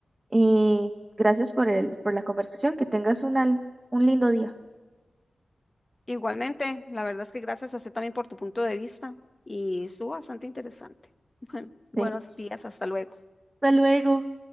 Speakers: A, on the right (about 25°); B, on the left (about 25°).
A: Y gracias por el, por la conversación. Que tengas un al un lindo día.
B: Igualmente, la verdad es que gracias a usted también por tu punto de vista y estuvo bastante interesante. <laughs> Bueno, buenos
A: <laughs>
B: días, hasta luego.
A: Hasta luego.